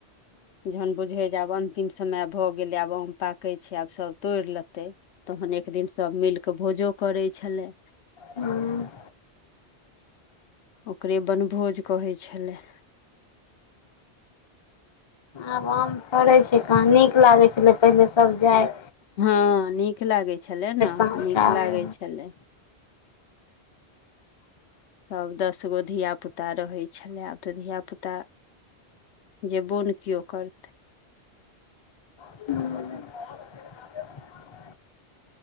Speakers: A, on the left; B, on the left.
A: जहन बुझे जावन अंतिम समय भ गेलै आब आम पाकै छै आब सभ तोड़ि लेतै तहन एक दिन सभ मिल कऽ भोजो करै छलै।
B: हूँ।
A: ओकरे बन भोज कहै छलै।
B: आब आम फड़ैत छै कहा नीक लागैत छलै पहिले सभ जाइ
A: ह, नीक लागैत छलै ने
B: साँझके
A: नीक
B: आबै
A: लागैत छलै सभ दसगो धियापुता रहैत छलय आब त धिया पुता जेबो ने केओ करतै।
B: हू।